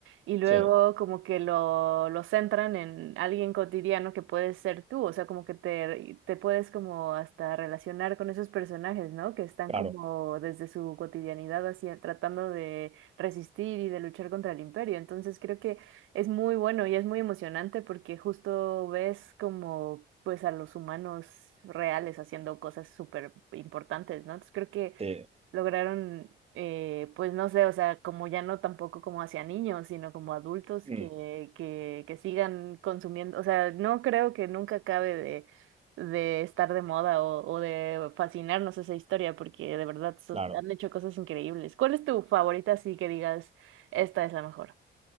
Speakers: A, on the right; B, on the right.
A: Y luego
B: Sí,
A: como que lo, lo centran en alguien cotidiano que puedes ser tú, o sea, como que te, te puedes como hasta relacionar con esos personajes, ¿no? Que están
B: claro,
A: como desde su cotidianidad así tratando de resistir y de luchar contra el imperio. Entonces creo que es muy bueno y es muy emocionante porque justo ves como pues a los humanos reales haciendo cosas súper importantes, ¿no? Entonces creo que
B: sí,
A: lograron, eh, pues no sé, o sea, como ya no tampoco como hacia niños, sino como adultos
B: Mm,
A: que, que, que sigan consumiendo, o sea, no creo que nunca acabe de, de estar de moda o, o de fascinarnos esa historia, porque de verdad so-
B: claro.
A: han hecho cosas increíbles. ¿Cuál es tu favorita, así que digas, esta es la mejor?